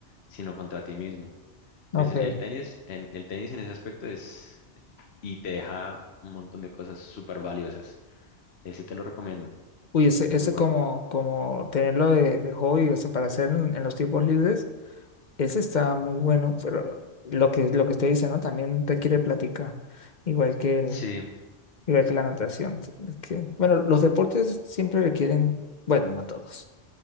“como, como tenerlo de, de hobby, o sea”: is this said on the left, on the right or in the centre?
Left